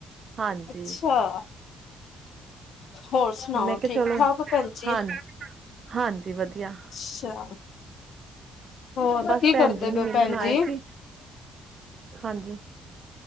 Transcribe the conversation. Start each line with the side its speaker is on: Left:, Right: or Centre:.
Right: ਹਾਂਜੀ।
Left: ਅੱਛਾ।
Right: ਤੇ
Left: ਹੋਰ ਸੁਣਾਓ
Right: ਮੈਂ ਕਿਹਾ
Left: ਠੀਕ
Right: ਚਲੋ,
Left: ਠਾਕ ਭੈਣ ਜੀ,
Right: ਹਾਂ ਹਾਂਜੀ ਵਧੀਆ।
Left: ਅੱਛਾ। ਹੋਰ
Right: ਬਸ
Left: ਕੀ
Right: ਭੈਣ
Left: ਕਰਦੇ
Right: ਜੀ ਨੂੰ
Left: ਪਏ ਹੋ
Right: ਮਿਲਣ
Left: ਭੈਣ
Right: ਆਏ
Left: ਜੀ?
Right: ਸੀ, ਹਾਂਜੀ।